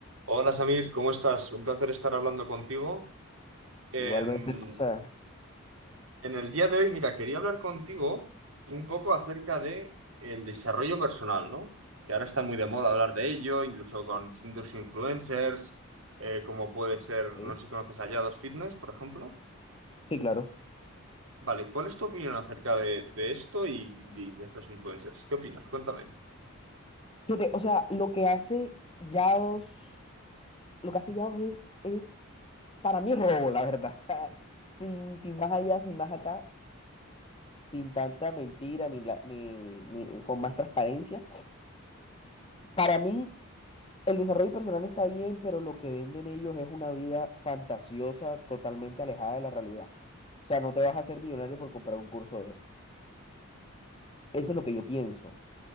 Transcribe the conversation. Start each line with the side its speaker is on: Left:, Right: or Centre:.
Right: Hola Samir, ¿cómo estás? Un placer estar hablando contigo. Em,
Left: Igualmente, o sea,
Right: en el día de hoy, mira, quería hablar contigo un poco acerca de el desarrollo personal, ¿no? Que ahora está muy de moda hablar de ello, incluso con distintos influencers, eh, como puede ser,
Left: sí,
Right: no sé si conoces a Yados Fitness, por ejemplo.
Left: sí, claro.
Right: Vale, ¿cuál es tu opinión acerca de, de esto y, y de estos influencers? ¿Qué opinas? Cuéntame.
Left: Fíjate, o sea, lo que hace Yaos, lo que hace Yaos es, es, para mí, robo, la verdad. <laughs> O sea, sin, sin más allá, sin más acá, sin tanta mentira, ni, la, ni, ni con más transparencia. Para mí, el desarrollo personal está bien, pero lo que venden ellos es una vida fantasiosa, totalmente alejada de la realidad. O sea, no te vas a hacer millonario por comprar un curso de esos. Eso es lo que yo pienso.